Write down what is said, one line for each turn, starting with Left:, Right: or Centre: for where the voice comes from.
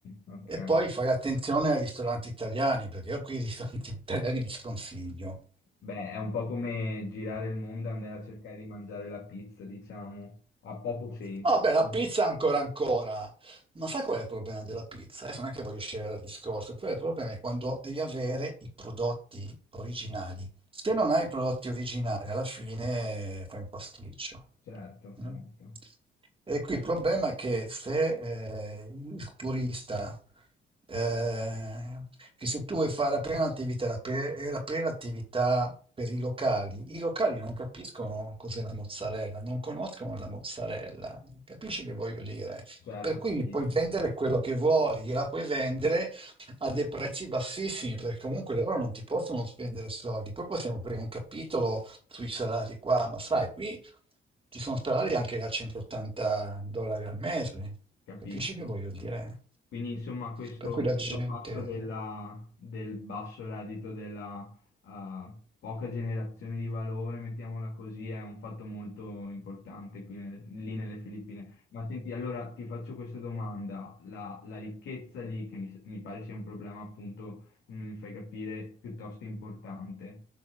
Left: ok.
Right: E poi fai attenzione ai ristoranti italiani, perché io qui i ristoranti <laughs> italiani li sconsiglio.
Left: Beh, è un po' come girare il mondo e andare a cercare di mangiare la pizza, diciamo, ha poco senso,
Right: Ah, beh, la
Left: no?
Right: pizza ancora ancora. Ma sai qual è il problema della pizza? Adesso non è che voglio scegliere dal discorso, poi il problema è quando devi avere i prodotti originali. Se non hai i prodotti originali, alla fine eh, fai un pasticcio.
Left: Certo,
Right: no?
Left: certo,
Right: E qui il problema è che se eh, il turista, eh, che se tu vuoi fare aprire un'attività, aprire aprire attività per i locali, i locali non capiscono cos'è la mozzarella, non conoscono la mozzarella. Capisci che voglio dire?
Left: certo,
Right: Per cui
Left: capisco,
Right: puoi vendere quello che vuoi, gliela puoi vendere a dei prezzi bassissimi, perché comunque loro non ti possono spendere soldi. Poi possiamo aprire un capitolo sui salari qua, ma sai, qui ci sono salari anche da 180 dollari al mese.
Left: capisco.
Right: Capisci che voglio dire?
Left: Quindi insomma questo,
Right: Per cui la
Left: questo
Right: gente...
Left: fatto della- del basso reddito, della eh, poca generazione di valore, mettiamola così, è un fatto molto importante qui nel- lì nelle Filippine. Ma senti, allora ti faccio questa domanda, la, la ricchezza lì, che mi, s- mi pare sia un problema appunto, come mi fai capire, piuttosto importante,